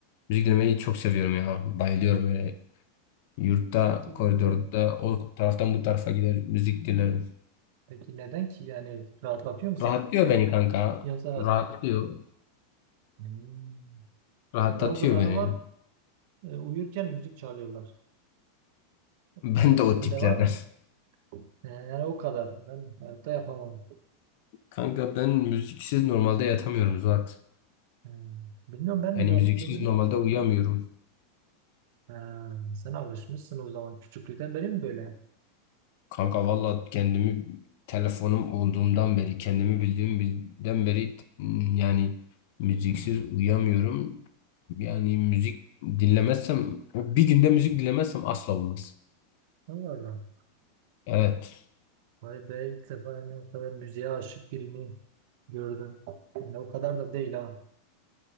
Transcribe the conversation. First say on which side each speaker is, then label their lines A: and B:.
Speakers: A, on the left; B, on the right.
A: Müzik dinlemeyi çok seviyorum ya. Bayılıyorum öyle. Yurtta,
B: Peki,
A: koridorda
B: ne,
A: o taraftan bu tarafa gider müzik dinlerim.
B: peki neden ki? Yani rahatlatıyor mu seni?
A: Rahatlıyor beni kanka.
B: Yoksa
A: Rahatlıyor.
B: hmm,
A: Rahatlatıyor
B: bazıları
A: beni.
B: var
A: <laughs>
B: e, uyurken müzik çalıyorlar. Öyle
A: Ben de
B: senin
A: o tiplerden.
B: de var mı?
A: <laughs>
B: E, Yani o kadar. Ben hayatta yapamam.
A: Kanka ben müziksiz normalde yatamıyorum Zuhat.
B: Hmm, Bilmiyorum ben
A: Yani
B: yaptığımda
A: müziksiz normalde uyuyamıyorum.
B: Ha, sen alışmışsın o zaman. Küçüklükten beri mi böyle?
A: Kanka valla kendimi telefonum olduğundan beri kendimi bildiğim bilden beri m, yani müziksiz uyuyamıyorum. Yani müzik dinlemezsem bir günde müzik dinlemezsem asla olmaz.
B: Allah Allah.
A: Evet.
B: Vay be ilk defa yani o kadar müziğe aşık birini gördüm. Yani o kadar da değil ha.